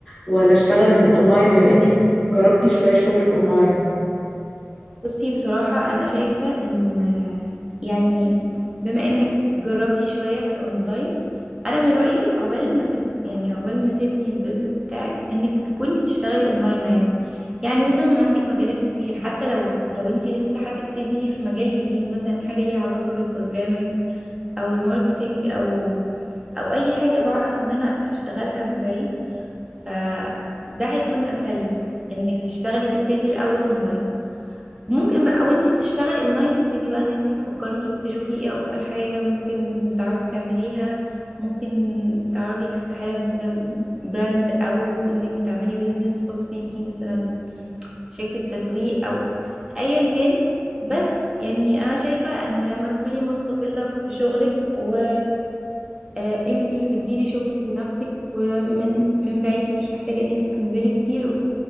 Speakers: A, in the centre; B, on the right.
A: ولا اشتغل من اونلاين بما اني جربتي شويه شغل الاونلاين
B: بصي بصراحة أنا شايفة إن يعني بما إنك جربتي شوية كأونلاين أنا من رأيي عقبال ما تب... يعني عقبال ما تبني البيزنس بتاعك إنك تكوني بتشتغلي أونلاين عادي يعني مثلا عندك مجالات كتير حتى لو لو أنت لسه هتبتدي في مجال جديد مثلا حاجة ليها علاقة بالبروجرامينج أو الماركتينج أو أو أي حاجة بعرف إن أنا أشتغلها من بعيد فده هيكون أسهل لك إنك تشتغلي تبتدي الأول أونلاين ممكن بقى وانتي بتشتغلي اونلاين تبتدي بقى ان انتي تفكري تشوفي ايه اكتر حاجة ممكن بتعرفي تعمليها ممكن تعرفي تفتحي لها مثلا براند او انك تعملي بيزنس خاص بيكي مثلا شركة تسويق او ايا كان بس يعني انا شايفة ان لما تكوني مستقلة بشغلك و... آه، انت اللي بتديري شغلك بنفسك ومن من بعيد مش محتاجة انك تنزلي كتير و...